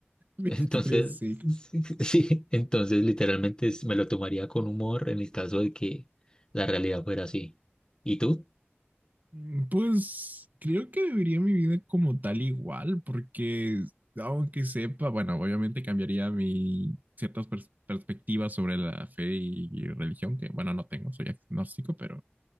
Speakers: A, on the right; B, on the left.
A: Victoria
B: Entonces,
A: sí
B: <laughs> sí, entonces literalmente es- me lo tomaría con humor en el caso de que la realidad fuera así. ¿Y tú?
A: Mm, Pues creo que viviría mi vida como tal igual, porque aunque sepa, bueno, obviamente cambiaría mi ciertas pers- perspectivas sobre la fe y, y religión, que bueno, no tengo, soy agnóstico, pero